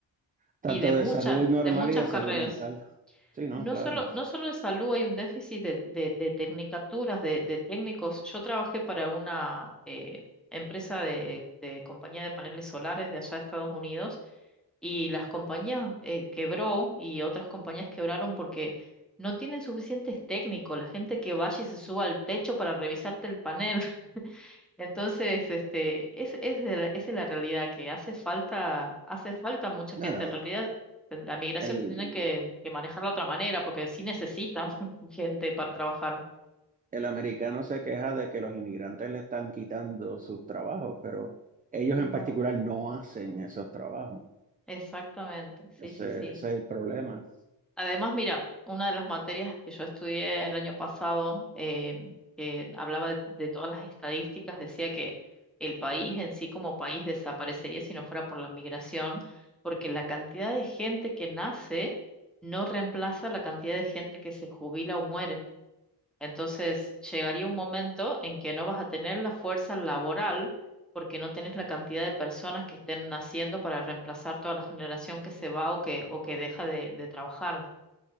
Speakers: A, on the right; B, in the centre.
A: tanto
B: Y de muchas,
A: de salud normal
B: de muchas
A: y de salud
B: carreras.
A: mental. Sí, no,
B: No
A: claro.
B: solo, no solo de salud, hay un déficit de, de, de tecnicaturas, de, de técnicos. Yo trabajé para una eh, empresa de, de compañía de paneles solares de allá de Estados Unidos y las compañías eh, quebró y otras compañías quebraron porque no tienen suficientes técnicos, la gente que vaya y se suba al techo para revisarte el panel. <laughs> Entonces, este, es, es la- esa es la realidad, que hace falta, hace falta mucha gente.
A: No, no,
B: En realidad, la migración
A: el,
B: tiene que, que manejarla de otra manera, porque sí necesitan <laughs> gente para trabajar.
A: el americano se queja de que los inmigrantes le están quitando sus trabajos, pero ellos
B: No,
A: en particular no hacen esos trabajos.
B: exactamente,
A: Ese,
B: sí, sí, sí.
A: ese es el problema.
B: Además, mira, una de las materias que yo estudié el año pasado, eh, que hablaba de, de todas las estadísticas, decía que el país en sí como país desaparecería si no fuera por la migración, porque la cantidad de gente que nace no reemplaza la cantidad de gente que se jubila o muere. Entonces, llegaría un momento en que no vas a tener la fuerza laboral porque no tenés la cantidad de personas que estén naciendo para reemplazar toda la generación que se va o que, o que deja de de trabajar.